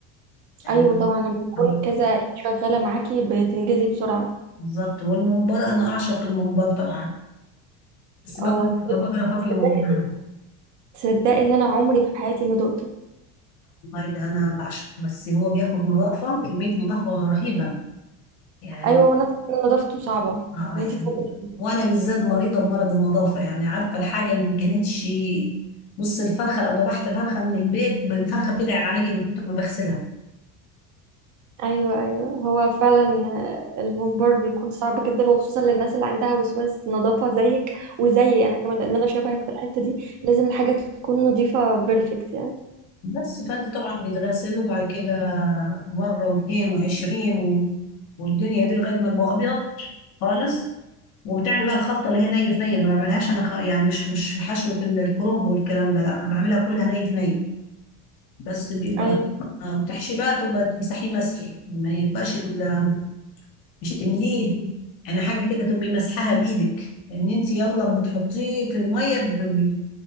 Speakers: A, on the left; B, on the right.
A: يعني
B: ايوه طبعا لما يكون
A: لو
B: كذا شغاله معاكي بتنجزي بسرعه
A: بالظبط والممبار انا اعشق الممبار طبعا بس بقرف
B: اه
A: بقرف اكله
B: تصدقي
A: ممبار
B: تصدقي ان انا عمري في حياتي ما دقته
A: والله ده انا بعشقه بس هو بياخد نظافه كميه نظافه رهيبه يعني
B: ايوه وانا أسمع إن نضافته صعبه
A: اه
B: ان
A: يعني
B: انت تنضفي
A: وانا بالذات مريضه بمرض النظافه يعني عارفه الحاجه اللي ما كانتش بص الفرخه لو ذبحت فرخه من البيت الفرخه بتدعي عليا من كتر ما بغسلها
B: ايوه ايوه هو فعلا آه، المنبر بيكون صعب جدا وخصوصا للناس اللي عندها وسواس نظافه زيك وزيي انا كمان لان انا شبهك في الحته دي لازم الحاجه تكون نظيفه بيرفكت يعني
A: بس فانت طبعا بيتغسل وبعد كده مره واثنين وعشرين و... والدنيا دي لغايه ما يبقى ابيض خالص وبتعمل بقى الخلطه اللي هي ني في ني ما بعملهاش انا خ... يعني مش مش حشوه ال- الكرنب والكلام ده لا انا بعملها كلها ني في ني بس بيبقى
B: ايوه
A: آه، وتحشي بقى تبقى تمسحيه مسح ما يبقاش ال- مش تمليه يعني حاجه كده تبقي مسحها بايدك لان انت يلا بتحطيه في الميه ب... ب...